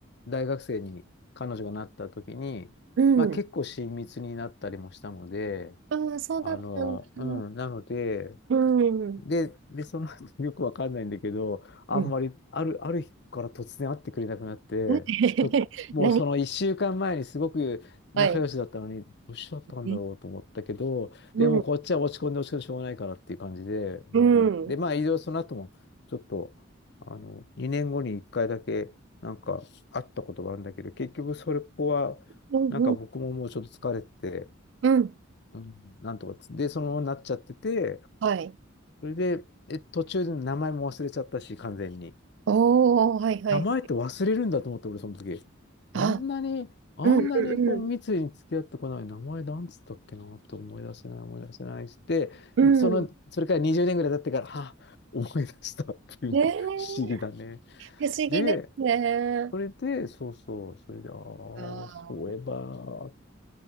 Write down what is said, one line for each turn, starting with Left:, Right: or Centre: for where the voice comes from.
Left: 大学生に彼女がなった時に、
Right: うん。
Left: まあ結構親密になったりもしたので、
Right: ああ、そうだったんだ。
Left: あの、うん、なので、
Right: うん。
Left: で、で、その後 <laughs> よくわかんないんだけど、あんまり、
Right: うん。
Left: ある、ある日から突然会ってくれなくなって、
Right: <laughs>
Left: ちょっ、もうその1週間前にすごく仲良しだったのに、
Right: 何はい。
Left: どうしちゃったんだろうと思ったけど、
Right: えうん。
Left: でもこっちは落ち込んで落ち込んでしょうがないからっていう感じで、
Right: うん。
Left: うん。で、
Right: うん。
Left: まあ、いろいろその後も、ちょっと、あの、2年後に1回だけ、なんか、会ったことがあるんだけど、結局それここは、
Right: うん。
Left: なんか僕ももうちょっと疲れてて、
Right: うん
Left: うん、なんとかつ、で、そのままなっちゃってて、
Right: はい。
Left: それで、え、途中で名前も忘れちゃったし、完全に。
Right: おー、はいはい。
Left: 名前って忘れるんだと思って、俺その時。
Right: あ、
Left: あんなに、あんなにこう密に付き合ってこない名前なんつったっけなって思い出せない、
Right: うん。うん。
Left: 思い出せないして、
Right: うん。
Left: その、
Right: うん
Left: それから20年ぐらい経ってから、あ、思い出したっていうね、
Right: ねえ
Left: <laughs> 不思議だね。
Right: 不思議ですね。
Left: で、それで、そうそう、それで、ああ、そういえば、
Right: ああ。